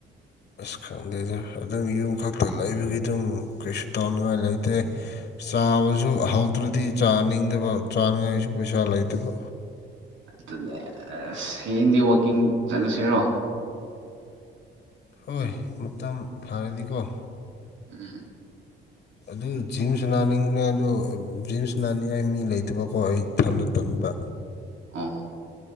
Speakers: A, on the left; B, on the right.
A: ꯑꯁ ꯈꯪꯗꯦꯗ ꯑꯗꯨꯝ ꯌꯨꯝ ꯈꯛꯇ ꯂꯩꯕꯒꯤ ꯑꯗꯨꯝ ꯀꯩꯁꯨ ꯇꯥꯎꯅꯤꯡꯉꯥꯏ ꯂꯩꯇꯦ ꯆꯥꯕꯁꯨ ꯍꯧꯗ꯭ꯔꯗꯤ ꯆꯥꯅꯤꯡꯗꯕ ꯆꯥꯅꯤꯡꯉꯥꯏꯒꯤꯁꯨ ꯄꯩꯁꯥ ꯂꯩꯇꯕ
B: ꯑꯗꯨꯅꯦꯁ ꯍꯌꯦꯡꯗꯤ ꯋꯥꯛꯀꯤꯡ ꯆꯠꯂꯁꯤꯔꯣ
A: ꯍꯣꯏ ꯃꯇꯝ ꯐꯔꯗꯤꯀꯣ
B: ꯎꯝ
A: ꯑꯗꯨ ꯖꯤꯝꯁ ꯅꯥꯅꯤꯡꯕ꯭ꯔꯦ ꯑꯗꯨ ꯖꯤꯝꯁ ꯅꯥꯅꯤꯡꯉꯥꯏ ꯃꯤ ꯂꯩꯇꯕꯀꯣ ꯑꯩ ꯊꯟꯗ ꯇꯟꯕ
B: ꯑꯣ